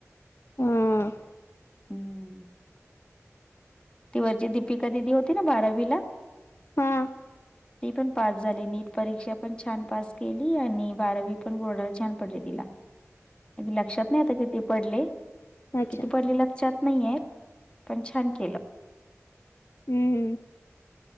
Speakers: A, on the left (about 50°); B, on the left (about 20°).
A: हम्म.
B: हं. ती वरची दीपिका दिदी होती ना बारावी ला-
A: हा.
B: ती पण पास झाली, नीट परीक्षा पण छान पास केली, आणि बारावी पण बोर्डाला छान पडले तिला.
A: ह <inaudible>
B: लक्षात नाही आता किती पडले,
A: अच्छा
B: किती पडले लक्षात नाहीये. पण छान केलं.
A: हम.